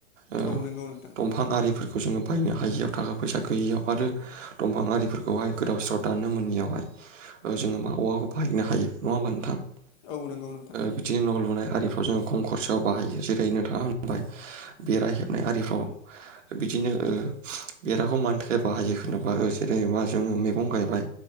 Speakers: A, on the right; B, on the left.
A: ओ
B: औ नंगौ नोंथां
A: दंफां आरि फोर बेखौ जोङो बायनो हायियाव थाखा फैसा गैयियाव आरो दंफां आरिफोरखौहाय गोदाव सोराव दाननो मोनैयावहाय ओ जोङो मा औवाखौ बाहायनो हायो नङा होमबा नोंथां? ओ
B: औ नंगौ नोंथां
A: बिदिनो न' लुनाय जों खम खरसायाव बाहायो जेरै नोंथाङा होनबाय बेरा हेबनाय आरिफ्राव बिदिनो ओ बेराखौ मानि थाखाय बाहायो होनोबा जेरैबा जोङो मैगं गायबाय